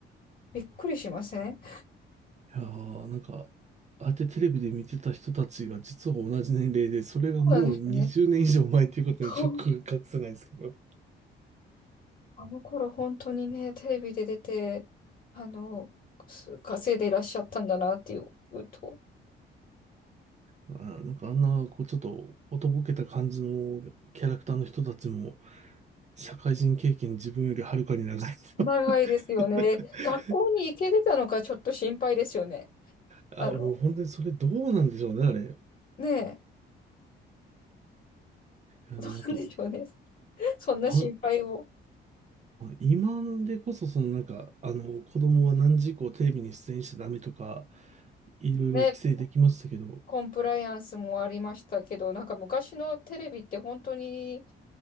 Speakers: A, on the left (about 45°); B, on the right (about 35°).
A: びっくりしません
B: やー、なんか、ああやってテレビで見てた人たちが、実は同じ年齢で、それがもう20年以上前っていうことにショックが隠せないですけど。
A: そうなんですよね。そうあの頃本当にね、テレビで出て、あの、す稼いでいらっしゃったんだなっていうと、
B: あー、なんかあんな、こう、ちょっと、おとぼけた感じのキャラクターの人たちも、社会人経験自分よりはるかに長い人。
A: 長いですよね。
B: <laughs>
A: 学校に行けてたのかちょっと心配ですよね。
B: あー、
A: あの、
B: もう本当にそれどうなんでしょうね、あれ。
A: ねえ、
B: いやなんか、
A: どうなんでしょうね。そんな心配を。
B: あ、まあ今でこそ、そのなんか、あの、子供は何時以降テレビに出演しちゃダメとか、いろいろ規制できましたけど、
A: ね、コンプライアンスもありましたけど、なんか昔のテレビって本当に、